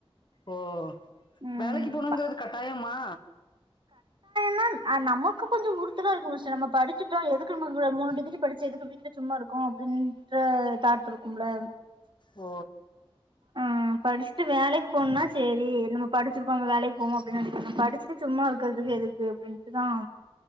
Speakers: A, on the left; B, on the right.
A: ஓ
B: ம்
A: வேலைக்கு போணுங்கிறது கட்டாயமா
B: நன் ஆ நமக்கு கொஞ்ச உறுத்தலா இருக்கு சிஸ்டர் நம்ம படிச்சிட்டோ எதுக்கு நம்ம அந்த மூணு டிகிரி படிச்சு எதுக்கு வீட்டுல சும்மா இருக் கோ அப்டின்டு தாட் இருக்கும்ல
A: ஓ
B: ஆ படிச்ட்டு வேலைக்கு போனுன்னா சேரி நம்ம படிச்சிருக்கோ அங்க வேலைக் போவோ அப்டின் நெனக்குற நா படிச்சுட்டு சும்மா இருக்கறதுக்கு எதுக்கு அப்டின்ட்டுதா